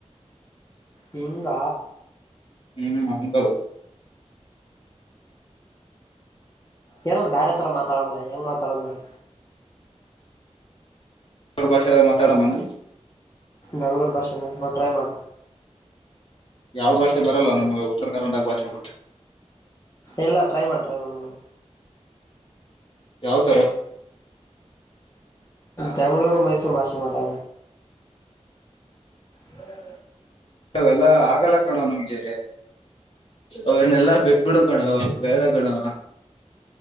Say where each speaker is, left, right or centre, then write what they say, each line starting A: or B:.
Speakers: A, on the left; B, on the left.
A: ಹಂಗ
B: ಹ್ಮ್ ಹದು
A: ಏನಾರ್ರ ಬೇರೆ ತರ ಮಾತಾಡ ಮೇಳ ಹೆಂಗ ಮಾತಾಡೋದ್ ಹೇಳು
B: ಅವ ಭಾಷೆ ಮಾತಾಡೋಣ
A: ಬೆಂಗ್ಳೂರು ಭಾಷೆ ನಾವು ಟ್ರೈ ಮಾಡು
B: ಯಾವ ಭಾಷೆ ಬರಲ್ಲವ ನಮ್ ಉತ್ತರ ಕನ್ನಡ ಭಾಷೆ ಬಿಟ್ರೆ
A: ಎಲ್ಲ ಟ್ರ ಮಾಡಿಟ್ರೈ ಮಾಡ ಮೇಡ್
B: ಯಾವ ತರ
A: ಬೆಂ್ಳೂರು ಮೈಸೂರು ಭಾಷೆ ಮಾತಾಡ ಹೌ
B: ಎಲ್ಲ ಆಗಲ್ಲ ಕಣೋ ನಮ್ಗೆ ಅವನ್ನಲ್ಲಾ ಬಿಟ್ ಬಿಡ ಗಣ ಬೇಡ ಗಣವ